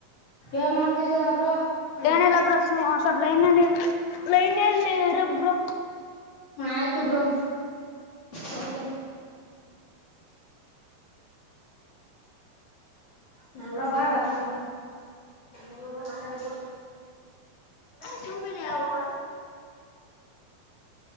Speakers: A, on the left; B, on the left.
A: ಏನ್ ಮಾಡ್ತಿದಬ್್ರ
B: ಏನಲ್ಲಬ್ರ ಸ್ವಲ್ ಲೈನಲ್ಲಿ ಲೈನ್ಲ್ಲಿರೊಬ್ಬರು
A: ಹ್ಮ ಆಯ್ತು ಬ್ರೋ ತಗ ನಳ ಬಾರ್ರ ನಲ್ಲ ಹ ಮಾತಡ ಕೊಡ ಹ
B: ಸುಮ್ಮಿರಿ